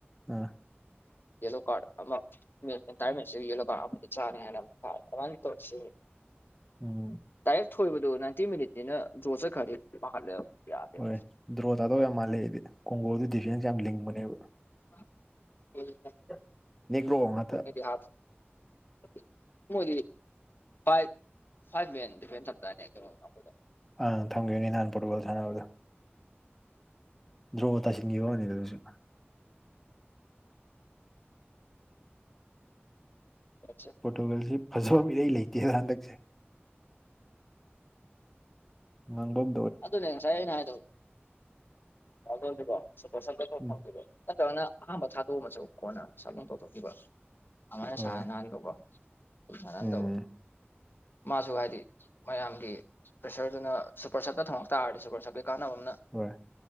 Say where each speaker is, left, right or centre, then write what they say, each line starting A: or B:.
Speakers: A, in the centre; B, on the left (about 55°).
A: ꯑꯥ
B: ꯌꯦꯂꯣ ꯀꯥꯔꯠ ꯑꯃ <unintelligible> ꯌꯦꯂꯣ ꯀꯥꯔꯠ <unintelligible> ꯆꯥꯅꯤꯅ ꯑꯗꯨꯃꯥꯏ ꯇꯧꯔ ꯁꯦꯝ
A: ꯎꯝ
B: ꯗꯥꯥꯏꯔꯦꯛ ꯊꯣꯏꯕꯗ‌ꯣ ꯅꯥꯏꯟꯇꯤ ꯃꯤꯅꯤꯠꯅꯤꯅ ꯗ꯭ꯔꯣ ꯆꯠꯈ꯭ꯔꯗꯤ ꯄꯥꯈꯠꯂꯦꯕ ꯌꯥꯗꯦꯕ
A: ꯍꯣꯏ ꯗ꯭ꯔꯣ ꯇꯥꯗꯧ ꯌꯥꯝ ꯃꯥꯜꯂꯦ ꯑꯩꯗꯤ ꯀꯣꯡꯒꯣꯜꯗꯨ ꯗꯤꯐꯦꯟꯁ ꯌꯥꯝ ꯂꯤꯡꯕꯅꯦꯕ
B: <unintelligible>
A: <unintelligible> ꯅꯦꯒ꯭ꯔꯣ ꯉꯥꯛꯇ
B: <unintelligible> ꯃꯣꯏꯗꯤ ꯐꯥꯏꯚ ꯐꯥꯏꯚ ꯃꯦꯟ ꯗꯤꯐꯦꯟꯁ ꯊꯝꯗꯥꯏꯅꯦ ꯀꯩꯅꯣꯈꯣꯏꯗꯣ
A: ꯑꯪ ꯊꯝꯒꯤꯅꯦ ꯅꯍꯥꯟ ꯄꯣꯔꯇꯨꯒꯜ ꯁꯥꯟꯅꯕꯗꯣ ꯗ꯭ꯔꯣ ꯇꯥꯁꯤꯟꯈꯤꯕ ꯋꯥꯅꯤ ꯑꯗꯨꯁꯨ
B: <unintelligible>
A: ꯄꯣꯔꯇꯨꯒꯜꯁꯤ ꯐꯖꯕꯝ ꯏꯔꯩ ꯂꯩꯇꯦ ꯍꯟꯗꯛꯁꯦ ꯉꯥꯡꯕꯝ
B: ꯑꯗꯨꯅꯦ ꯉꯁꯥꯏ ꯑꯩꯅ ꯍꯥꯏꯗꯣ ꯔꯣꯅꯥꯜꯗꯣꯖꯦ ꯀꯣ <unintelligible>
A: ꯎꯝ
B: ꯅꯠꯇꯔꯒꯅ ꯑꯍꯥꯥꯟꯕ ꯊꯥꯗꯣꯛꯑꯃꯁꯨ ꯀꯣꯟꯅ ꯁꯞ ꯇꯧꯊꯣꯛꯈꯤꯕ ꯑꯃꯥꯏꯅ ꯁꯥꯟꯅꯍꯟ
A: ꯍꯣꯏ
B: ꯗꯧꯕ ꯁꯥꯟꯅꯍꯟ
A: ꯎꯝ
B: ꯗꯧꯕ ꯃꯥꯁꯨ ꯍꯥꯏꯗꯤ ꯃꯌꯥꯝꯒꯤ ꯄ꯭ꯔꯦꯁꯔꯗꯨꯅ ꯄꯣꯁꯠꯇ ꯊꯝꯃꯛ ꯇꯥꯔꯁꯨ ꯄꯣꯁꯞꯀꯤ ꯀꯥꯟꯅꯕ ꯑꯃꯅ
A: ꯍꯣꯏ